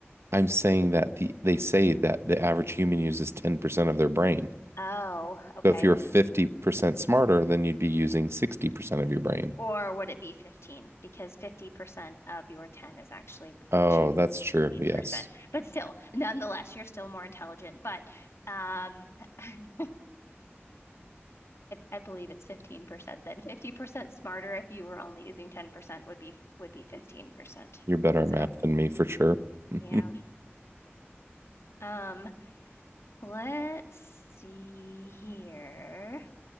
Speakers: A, on the right; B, on the left.
A: I'm saying that the they say that the average human uses 10% of their brain.
B: Oh, okay.
A: So if you're 50% smarter, then you'd be using 60% of your brain.
B: Or would it be 15? Because 50% of your 10 is actually
A: Oh,
B: what you
A: that's true.
B: 15%.
A: Yes.
B: But still, nonetheless, you're still more intelligent. But um, <laughs> I, I believe it's 15% then. 50% smarter if you were only using 10% would be would be 15%.
A: You're better at
B: So,
A: math than me for sure. <laughs>
B: yeah. Um, let's see here.